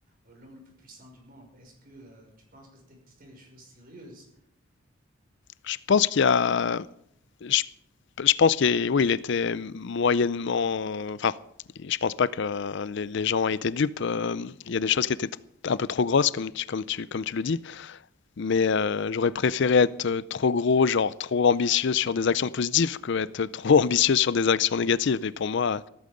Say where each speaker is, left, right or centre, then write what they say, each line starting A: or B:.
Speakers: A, on the right; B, on the left.
A: euh, l'homme le plus puissant du monde. Est-ce que euh, tu penses que c'était c'était des choses sérieuses
B: Je pense qu'il y a... Je, je pense qu'il est- oui, il était moyennement... Enfin, je pense pas que les, les gens aient été dupes. euh, Il y a des choses qui étaient tr- un peu trop grosses, comme tu, comme tu, comme tu le dis. Mais euh, j'aurais préféré être euh, trop gros, genre trop ambitieux sur des actions positives, que être trop <laughs> ambitieux sur des actions négatives. Et pour moi,